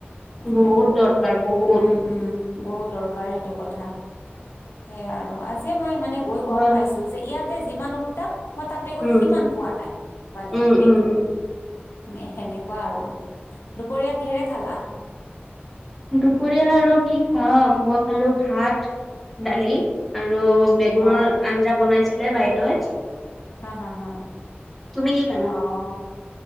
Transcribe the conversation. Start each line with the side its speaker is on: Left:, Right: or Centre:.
Left: উ
Centre: বহুত
Left: সেইটো
Centre: দৰকাৰ বহুত
Left: উম উম বহুত দৰকাৰ সেইটো কথা সেয়াই আৰু আজিয় মই মানে গৈ গম
Centre: বা
Left: পাইছো যে ইয়াত তাতে যিমান উত্তাপ মই তাতে গৈ
Centre: উম
Left: সিমান পোৱা নাই মানে
Centre: উম
Left: সেইটো
Centre: উম
Left: এ সেনেকুৱা আৰু দুপৰীয়া কিহেৰে খালা
Centre: দুপৰীয়া আৰু কি খাম মই খালো ভাত দালি আৰু আৰু বেগুনৰ
Left: অ
Centre: আঞ্জা বনাইছিলে বাইদেৱে
Left: হা হা হা।
Centre: তুমি কি খালা?
Left: অ',